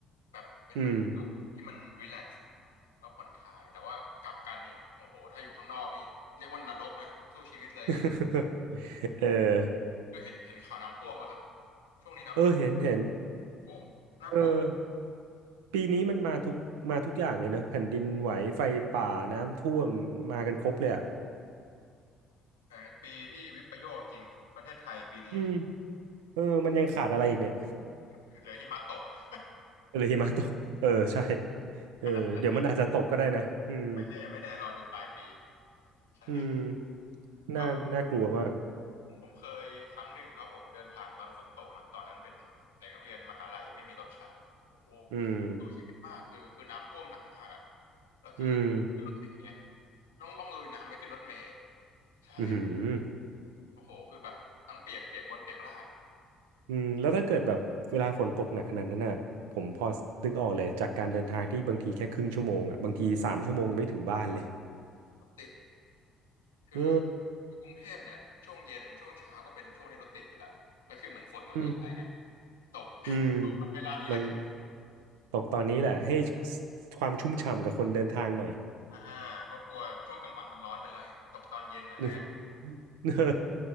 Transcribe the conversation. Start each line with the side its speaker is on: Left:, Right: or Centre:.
Left: แบบเป็นบรรยากาศที่มันรีแลกซ์
Right: อืม <laughs> อืม
Left: แล้วผ่อนคลายแต่ว่ากลับกันนี่โอ้โหถ้าอยู่ข้างนอกนี่เรียกว่านรกนะสู้ชีวิตเลยก็ได้
Right: <laughs> เออ
Left: ก็เห็นเห็นข่าวน้ำท่วมป่ะครับช่วงนี้น้ำท่วม
Right: เออเห็นเห็น
Left: โอ้น่ากลัว
Right: เออ ปีนี้มันมาทุกมาทุกอย่างเลยนะแผ่นดินไหวไฟป่าน้ำท่วมมากันครบเลยอ่ะ
Left: แหมปีที่วิปโยคจริงๆประเทศไทยปีนี้
Right: อืมเออมันยังขาดอะไรอีกเนี่ย
Left: <laughs> เหลือหิมะตกนะ
Right: หรือหิมะตกเออใช่เออเดี๋ยวมันอาจจะตกก็ได้นะอืม
Left: <laughs> ข ไม่แน่ไม่แน่รอดูปลายปีใช่
Right: อืม
Left: ก็
Right: น่าน่ากลัวมาก
Left: ผมผมเคยครั้งหนึ่งครับผมเดินทางตอนฝนตกนะตอนนั้นเป็นเด็กนักเรียนมหาลัยไม่มีรถใช้โอ้โห
Right: อืม
Left: สู้ชีวิตมากคือคือน้ำท่วมหนักมากอ่ะแล้วคือ
Right: อืม
Left: ขึ้นรถเมล์ไงต้องต้องลุยน้ำไปขึ้นรถเมล์ใช่
Right: อืมอ
Left: โอ้โหคือแบบทั้งเปียกเปียกบนเปียกล่าง
Right: อืมแล้วถ้าเกิดแบบเวลาฝนตกหนักขนาดนั้นน่ะผมพอนึกออกเลยจากการเดินทางที่บางทีแค่ครึ่งชั่วโมงอ่ะบางทีสามชั่วโมงยังไม่ถึงบ้านเลย
Left: รถติดคือ
Right: เออ
Left: กรุงเทพเนี่ยช่วงเย็นช่วงเช้าก็เป็นช่วงที่รถติดอยู่แล้วแล้วคือเหมือนฝนมันรู้ใจอ่ะ
Right: อืม
Left: ตก
Right: อืม
Left: <laughs> ตกมาเวลานี้แล้วกัน
Right: มัน ตกตอนนี้แหละให้ความชุ่มฉ่ำกับคนเดินทางหน่อย
Left: อ่าเขากลัวช่วงกลางวันมันร้อนไปแล้วไงตกตอนเย็นหน่อยแล้วกัน
Right: <laughs> เออ